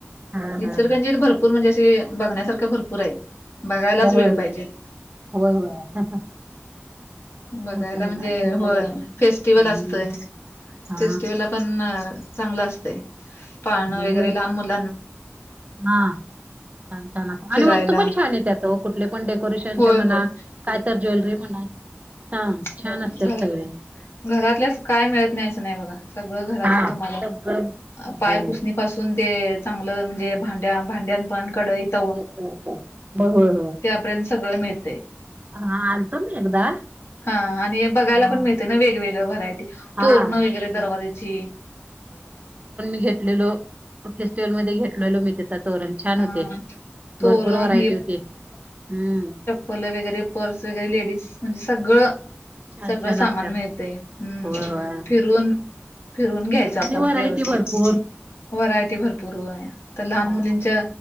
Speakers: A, on the right; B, on the left.
A: हा
B: इसरगंजी
A: हा
B: भरपूर म्हणजे असे बघण्यासारख्या भरपूर आहेत. बघायलाच वेळ
A: होय
B: पाहिजे.
A: होय होय होय
B: बघायला
A: मोठं आहे
B: म्हणजे
A: ना शहर
B: होय फेस्टिवल
A: हम्म
B: असतय
A: हा
B: फेस्टिवल. पण चांगलं असते पाळणं
A: चांगलं
B: वगैरे
A: होय
B: लहान मुलं.
A: हा छान छान अस
B: फिरायला
A: आणि वस्तू पण छान आहे त्यात कुठले पण. डेकोरेशन
B: होय
A: चे म्हणा
B: होय
A: काय तर ज्वेलरी म्हणा. हा छान
B: हो घ
A: असत्यात सगळे
B: घरातल्या काय मिळत नाही असं नाही बघा. सगळं घरातलं
A: हा
B: तुम्हाला
A: सगळं
B: पायपुसणी
A: हो
B: पाासून. ते चांगलं म्हणजे भांड्या भांड्या पण कडईत.
A: अछ ब होय होय.
B: <inaudible> सगळं मिळते.
A: हा आलतो मी एकदा.
B: हा आणि बघायला
A: हा
B: पण मिळते ना वेगवेगळ व्हरायटी.
A: हा
B: तोरण वगैरे दरवाज्याची.
A: घलेलो फेस्टिवल म घेतले मिळ. तोरण छान
B: हा
A: होते
B: तोरण
A: भरपूर व्हरायटी होती हम्म.
B: पल वगैरे पर्स वगैरे लेडीज म्हणजे सगळं.
A: छान
B: सगळं
A: छान
B: सामान
A: असतात
B: मिळते हम्म
A: होय होय.
B: फिरून. फिरूंन घ्यायचं आपणं
A: आणि व्हरायटी
B: व्यंवस्थित
A: भरपूर
B: व्हरायटी भरंपूर तरं लहांन
A: हा
B: मुलींच्यां.